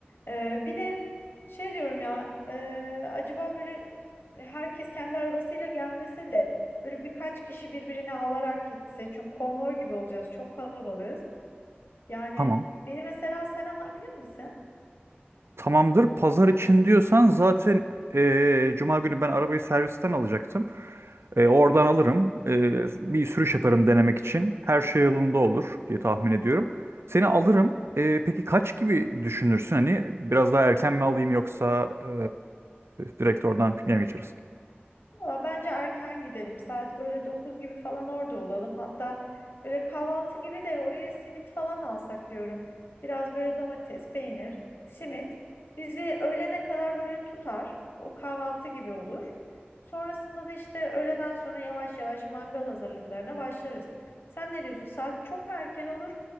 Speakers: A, on the left; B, on the right.
A: Ee, bir de şey diyorum ya e, acaba böyle herkes kendi arabasıyla gelmese de böyle birkaç kişi birbirini alarak gitse. Çünkü konvoy gibi olacağız. Çok kalabalığız. Yani
B: tamam.
A: beni mesela sen alabilir misin?
B: Tamamdır. Pazar için diyorsan zaten eee, Cuma günü ben arabayı servisten alacaktım. Eee, oradan alırım. Eee, bir sürüş yaparım denemek için. Her şey yolunda olur diye tahmin ediyorum. Seni alırım. Eee, peki kaç gibi düşünürsün? Hani biraz daha erken mi alayım yoksa eee, direkt oradan pikniğe mi geçeriz?
A: Valla bence erken gidelim. Saat böyle 9 gibi falan orada olalım. Hatta böyle kahvaltı gibi de oraya simit falan alsak diyorum. Biraz böyle domates, peynir, simit bizi öğlene kadar böyle tutar. O kahvaltı gibi olur. Sonrasında da işte öğleden sonra yavaş yavaş mangal hazırlıklarına başlarız. Sen ne diyorsun? Saat çok mu erken olur?